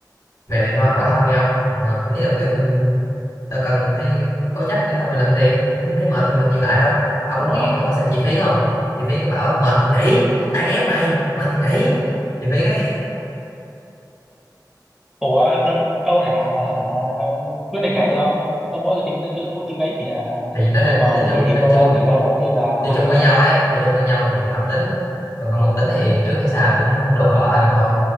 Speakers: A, on the left; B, in the centre.
A: mẹ thì thôi khỏi thân đi ông mà nghĩ là kiểu mình đâu cần cái cố chấp bản thân mình làm gì Khi mình thấy mệt thì mình dừng lại thôi ông
B: ủa
A: có nghe ông có xem chị Phiến không chị Phiến có bảo mệt thì nghỉ ai ép mày mệt thì nghỉ chị Phiến ấy
B: ủa đâu, đâu thể nào mà hả quyết định hết được không tôi mỗi cái tính cứ mỗi tính đấy thì hả
A: thì nói
B: tôi
A: là
B: mà
A: chơi
B: nghỉ
A: chung
B: thì
A: chơi
B: tôi
A: chung
B: đã nghỉ lâu rồi chứ già còn
A: chơi
B: thân
A: chung
B: gì
A: với
B: nữa
A: nhau ấy chơi chung với nhau thì phải hợp tính còn không hợp tính thì trước hay sau cũng đổ vỡ rồi nên thôi